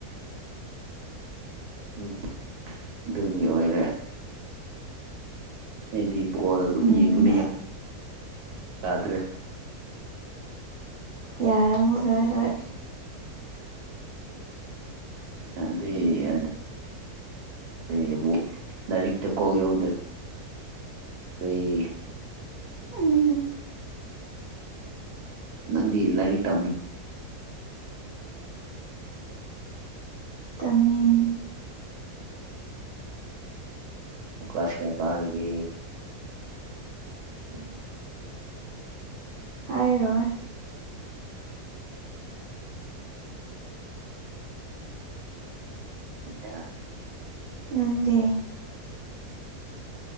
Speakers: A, on the right; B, on the right.
A: ꯎꯝ ꯑꯗꯨꯒꯤ ꯑꯣꯏꯔꯦ ꯍꯥꯏꯗꯤ ꯕꯣꯜ ꯑꯗꯨꯝ
B: ꯎꯝ
A: ꯌꯦꯡꯕ ꯌꯥ ꯌꯥꯗ꯭ꯔꯦ
B: ꯌꯥꯔꯝꯃꯨꯔꯣꯏ ꯍꯣꯏ
A: ꯑꯗꯦ ꯑꯗ ꯅ ꯑꯃꯨꯛ ꯂꯥꯏꯔꯤꯛꯇ ꯀꯣꯛ ꯌꯧꯗꯔꯕ ꯇꯦ
B: ꯎꯝꯝ
A: ꯅꯪꯗꯤ ꯂꯥꯏꯔꯤꯛ ꯇꯝꯃꯤ
B: ꯇꯃꯃꯦ
A: ꯀ꯭ꯂꯥꯁ ꯀꯌꯥ ꯀꯥꯔꯒ ꯑꯣ
B: ꯍꯥꯏꯔꯣꯏ
A: ꯑꯔ
B: ꯅꯪꯗꯤ